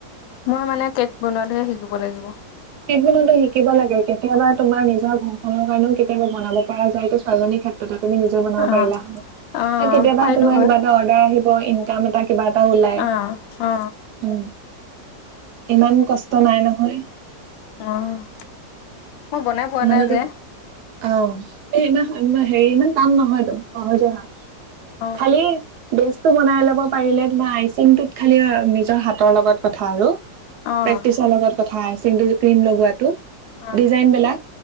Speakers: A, on the left; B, on the right.
A: মই মানে কেক বনোৱাত। তে শিকিব লাগিব।
B: কেক দিনতো শিকিব লাগে, কেতিয়াবা তোমাৰ নিজৰ ঘৰখনৰ কাৰণেও কেতিয়াবা বনাব পৰা যায়, এইটো ছোৱালজনীৰ ক্ষেত্ৰত। তুমি নিজে বনাব
A: অ',
B: পাৰিলা,
A: অ
B: বা কেতিয়াবা
A: পাৰিলো
B: তোমাৰ
A: হয়।
B: আদৰ আহিলে। ইনকাম এটা কিবা এটা ওলাই
A: অ', অ
B: উম। <inaudible> ইমান কষ্ট নাই নহয়।
A: ম' মই বনাই পোৱা
B: ইমানতো
A: নাই যে।
B: অ', এই ইমান হেৰি ইমান টান নহয়টো, সহজে হয়।
A: অ',
B: খালী বে টো বনাই ল'ব পাৰিলে তোমাৰ আইচিংটোত খালি নিজৰ হাতৰ লগত কথা আৰু।
A: অ',
B: প্ৰেক্টিছৰ লগত কথ ঠা আইচিংটো ক্ৰীম লগোৱাটো।
A: অ',
B: ডিজাইন বিলাক।